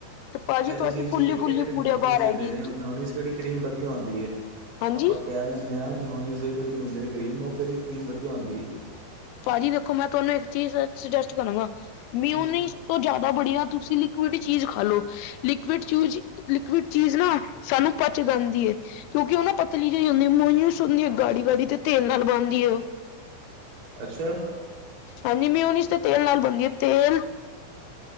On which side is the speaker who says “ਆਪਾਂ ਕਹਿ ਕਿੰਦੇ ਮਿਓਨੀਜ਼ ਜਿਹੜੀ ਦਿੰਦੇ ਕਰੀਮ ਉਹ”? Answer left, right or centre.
Right